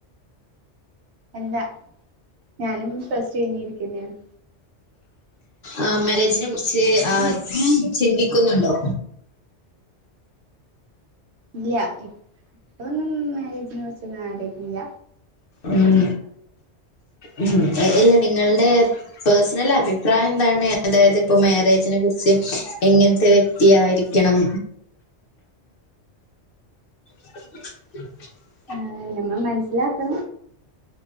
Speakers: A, on the right; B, on the left.
A: അല്ല ഞാനും പ്ലസ് ടു കഴിഞ്ഞിരിക്കന്നാണ്.
B: ആ മാരേജിനെ കുറിച്ച് ആ ചിന്തിക്കുന്നുണ്ടോ?
A: ഇല്ല ഇപ്പന്നും മേരേജിനെ കുറിച്ചോന്നും ആലോയ്ക്കുന്നില്ല
B: ഉം. ഉം. ഇല്ല നിങ്ങൾടെ പേഴ്സണൽ അഭിപ്രായം എന്താണ്? അതായത് ഇപ്പ മാരേജിനെ കുറിച്ച് എങ്ങനത്തെ വ്യക്തിയായിരി ക്കണം <unintelligible>
A: ആഹ് നമ്മളെ മനസ്സിലാക്കണം